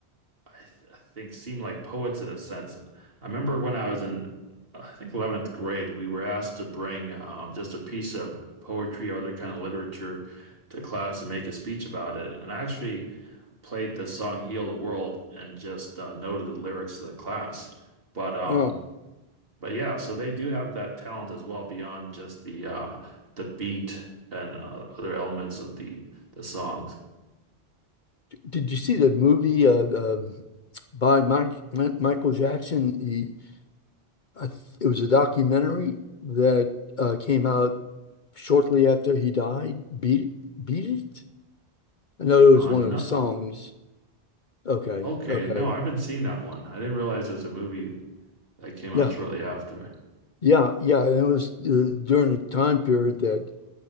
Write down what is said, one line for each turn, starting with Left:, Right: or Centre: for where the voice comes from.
Right: I, th I think seem like poets in a sense. I remember when I was in, uh, I think 11th grade, we were asked to bring um, just a piece of poetry or other kind of literature to class and make a speech about it. And I actually played the song "Heal the World" and just uh, noted the lyrics to the class. But um,
Left: Wow.
Right: but yeah, so they do have that talent as well beyond just the uh, the beat and uh, other elements of the the songs.
Left: Did you see the movie uh, um, by Mike, Mi- Michael Jackson? He, I, th- it was a documentary that uh, came out shortly after he died. Beat, Beat It? I know it was
Right: Uh,
Left: one
Right: no,
Left: of his songs. Okay,
Right: Okay,
Left: okay.
Right: no, I haven't seen that one. I didn't realize there's a movie that came out
Left: Yeah,
Right: shortly after.
Left: yeah, yeah. And it was uh, during a time period that.